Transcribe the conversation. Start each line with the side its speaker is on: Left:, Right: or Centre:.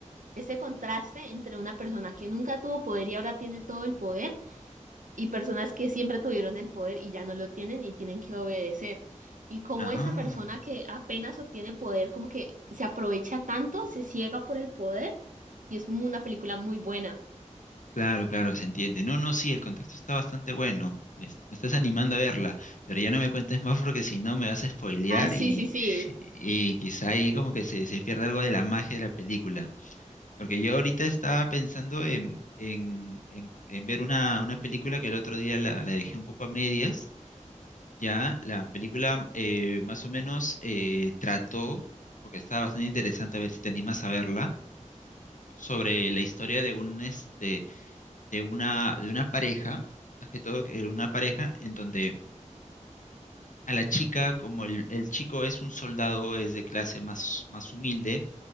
Right: ese contraste entre una persona que nunca tuvo poder y ahora tiene todo el poder y personas que siempre tuvieron el poder y ya no lo tienen y tienen que obedecer. Y cómo
Left: Ah.
Right: esa persona que apenas obtiene poder como que se aprovecha tanto, se ciega por el poder y es mu- una película muy buena.
Left: Claro, claro, se entiende. No, no, sí, el contexto está bastante bueno. Me, est- me estás animando a verla, pero ya no me cuentes más porque si no me vas a spoilear
Right: Ah, sí,
Left: y,
Right: sí, sí.
Left: y quizá ahí como que se, se pierde algo de la magia de la película. Porque yo ahorita estaba pensando en, en, en- en ver una, una película que el otro día la, la dejé un poco a medias. Ya la película eh, más o menos eh, trató, porque estaba bastante interesante a ver si te animas a verla, sobre la historia de un este de una, de una pareja, más que todo, que era una pareja en donde a la chica, como el, el chico es un soldado, es de clase más, más humilde,